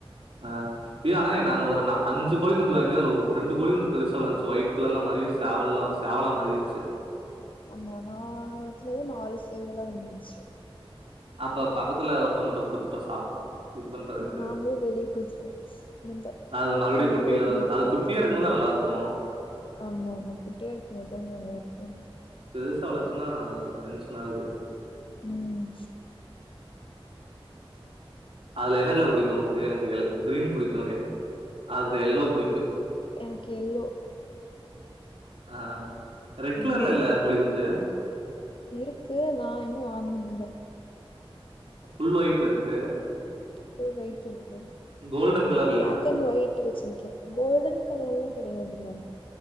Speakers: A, on the right; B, on the left.
A: ஆ இது ஆனா நாங்க ஒரு ந அஞ்சு கோழி குஞ்சு வாங்கி அதுல ஒ ரெண்டு கோழி குஞ்சு பெருசா வளந்ச்சு ஒய்ட் கலர்ல மாரிஸ் சவெல்லோ சேவலா மாறிடுச்சு
B: ஆமா நா வளத்தது நாலு சேவலா வந்துச்சு
A: அப்ப பக்கத்துல ஒருத்தவங்கள்ட் குடுத்துட்டோ சாப் இது பண்றது இக்கு
B: நாங்களு வெளிய குடுத்துட்டோ முந்தா
A: அது மறுபடியு
B: மூணு
A: குட்டியில
B: நாளைக்கு
A: வந்து
B: முன்னாடி
A: அது
B: குடுத்தோ
A: குட்டியா இருக் கும் போது தா நல்லா இருக்கு
B: ஆமா ஆமா குட்டியா இருக்கும் போதுதான நல்லா இருக்கு
A: பெருசா வளந்துசுனா டென்ஷன் ஆகுது
B: ம்
A: அதுல என்ன கலர் புடிக்கு உங்களுக்கு எனக்கு கிரீன் பிடிக்கு அப்ரோ எல்லோ புடிக்கு
B: எனக்கு எல்லோ
A: ஆ ரெட் கலர்ல
B: ம்
A: இல்ல கோழிகுஞ்சு
B: இருக்கு நா இன்னு வாங்குனதுல்ல
A: ஃபுல் ஒயிட் இருக்கு
B: புல் ஒயிட் இருக்கு
A: கோல்டன் கலர்ல
B: பிளாக் அண் ஒயிட் வச்ருக்கே கோல்டன் கலர்ல்லா கெடையாதுல